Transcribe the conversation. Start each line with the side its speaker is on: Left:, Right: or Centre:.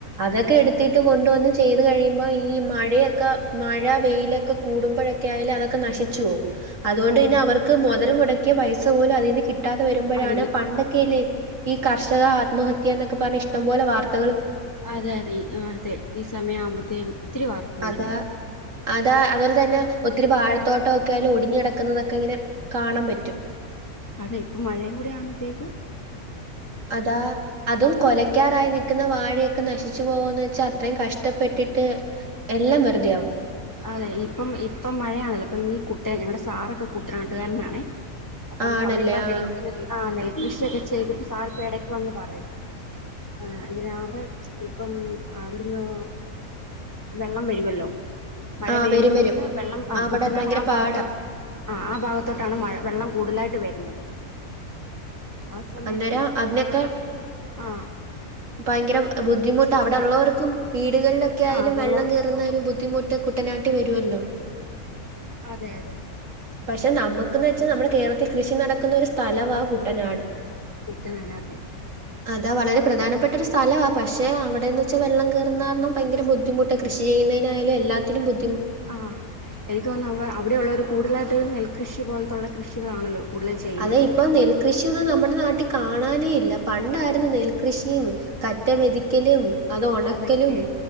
Right: അതൊക്കെ
Left: അതെ
Right: എടുത്തിട്ട് കൊണ്ടുവന്ന് ചെയ്ത് കഴിയുമ്പോ ഈ മഴയൊക്കെ മഴ വെയിലൊക്കെ കൂടുമ്പോഴൊക്കെ ആയാലും അതൊക്കെ നശിച്ചു പോവും അതുകൊണ്ട്
Left: അതെ
Right: പിന്നെ അവർക്ക് മുതൽ മുടക്കിയ പൈസ പോലും അതിൽ നിന്ന് കിട്ട- കിട്ടാതെ വരുമ്പോഴാണ്
Left: അതെ നി
Right: പണ്ടൊക്കെ അല്ലേ ഈ കർഷക ആത്മഹത്യ എന്നൊക്കെ പറഞ്ഞ ഇഷ്ടംപോലെ വാർത്ത
Left: അതെ അതെ അതെ ഈ സമയം ആവുമ്പോത്തേക്ക് ഒത്തിരി വാർത്ത വരുവായിരുന്നു
Right: അതാ അതാ അതുപോലെ തന്നെ ഒത്തിരി വാഴത്തോട്ടക്കെയായാലും ഒടിഞ്ഞിടക്കുന്നതൊക്കെ ഇങ്ങനെ കാണാൻ പറ്റും
Left: അതെ ഇപ്പൊ മഴയും കൂടെ ആവുമ്പോത്തേക്ക്
Right: അതാ അതും കൊലക്കാറായി നൽക്കുന്ന വാഴയൊക്കെ നശിച്ചു പോകാന്ന് വെച്ചാൽ അത്രയും കഷ്ടപ്പെട്ടിട്ട് എല്ലാം വെറു- യാവും
Left: അതെ ഇപ്പം ഇപ്പം മഴയാണല്ലോ ഇ ഈ കുട്ട ഞങ്ങളുടെ സാറൊക്കെ കുട്ടനാട്ടുകാരൻ ആണേ അപ്പം
Right: ആണല്ലേ
Left: അവിടെപ്പി
Right: ആഹ്
Left: നെൽ നെൽകൃഷിയൊക്കെ ചെയ്തിട്ട് സാർ ഇപ്പ ഇടക്ക് വന്ന് പറയും ആ അങ്ങനെ അവിടെ ഇപ്പം അവിടുന്ന് വെള്ളം വരുവല്ലോ മഴ
Right: ആഹ്
Left: പെയ്യുമ്പഴേക്ക്
Right: വരും വരും
Left: വെള്ളം ആ
Right: അവിടെ
Left: കുട്ടനാട്
Right: ഭയങ്കര
Left: ആ ഭാഗത്ത
Right: പാടാ
Left: ആ ആ ഭാഗത്തോട്ടാണ് മഴ വെള്ളം കൂടുതലായിട്ട് വരുന്നത് ആ സമയത്ത്
Right: അന്നേരം അതിനൊക്കെ
Left: ആ
Right: ഭയങ്കര ബുദ്ധിമുട്ട് അവിടെ ഉള്ളവർക്കും വീടുകളിലൊക്കെ ആയാലും
Left: ആഹ് ഉള്ളവർക്കും
Right: വെള്ളം കയറുന്ന ഒരു ബുദ്ധിമുട്ട് കുട്ടനാട്ടിൽ വരുവല്ലോ
Left: അതെ അതെ
Right: പക്ഷെ നമുക്കന്ന് വെച്ചാ നമ്മുടെ കേരളത്തിൽ കൃഷി നടക്കുന്ന ഒരു സ്ഥലവാ കുട്ടനാട്
Left: കുട്ടനാട് അതെ
Right: അ അത് വളരെ പ്രധാനപ്പെട്ട ഒരു സ്ഥലമാണ് പക്ഷേ അവിടെയെന്ന് വെച്ചൽ വെള്ളം കയറു കാരണം ഭയങ്കര ബുദ്ധിമുട്ട് കൃഷി ചെയ്യുന്നതിന് ആയാൽ എല്ലാത്തിനും ബു-
Left: ആ എനിക്ക് തോന്നുന്നു അവിടെയുള്ളവര് കൂടുതലായിട്ട് നെൽകൃഷി പോലത്തുള്ള കൃഷികളാണല്ലോ കൂടുതൽ ചെയ്യുന്നത്
Right: അതെ ഇപ്പൊ നെൽകൃഷിയൊന്നും നമ്മുടെ നാട്ടിൽ കാണാനേ ഇല്ല പണ്ടായിരുന്നു
Left: അതെ
Right: നെൽകൃഷിയും കറ്റമെതിക്കലും അത് ഉണക്കലും
Left: അതൊക്കെ